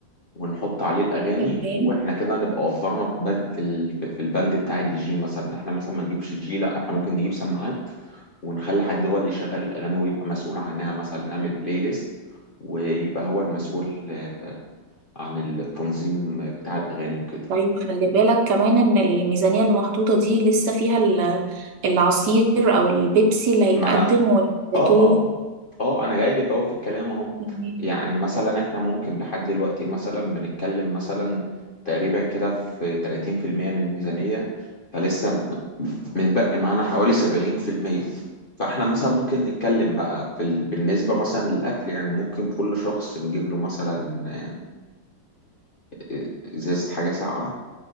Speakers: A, on the left (about 45°); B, on the right (about 70°).
A: ونحط عليه الاغاني
B: تمام
A: واحنا كده نبقى وفرنا في بند- في ال- في في البند بتاع الدي جي مثلا احنا مثلا ما نجيبش دي جي لا احنا ممكن نجيب سماعات ونخلي حد هو اللي يشغل الاغاني ويبقى مسؤول عنها مثلا نعمل بلاي ليست ويبقى هو المسؤول آه، عن التنظيم بتاع الأغاني وكده
B: طيب خلي بالك كمان ان الميزانية اللي محطوطة دي لسه فيها ال- العصير او البيبسي اللي هيتقدم
A: ما أنا
B: والجاتوه
A: آه آه آه أنا جاي لك أهو في الكلام أهو
B: تمام.
A: يعني مثلا إحنا ممكن لحد دلوقتي مثلا بنتكلم مثلا تقريبا كده في 30% من الميزانية فلسه م- متبقي معانا حوالي 70% فإحنا مثلا ممكن نتكلم بقى في ال... بالنسبة مثلا للأكل يعني ممكن كل شخص نجيب له مثلا آه، آه، إزازة حاجة ساقعة